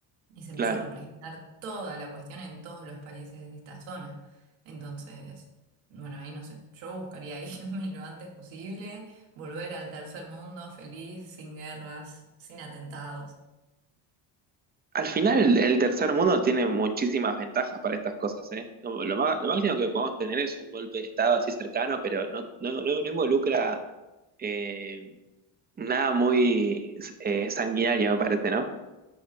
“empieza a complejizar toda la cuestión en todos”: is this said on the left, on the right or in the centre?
Right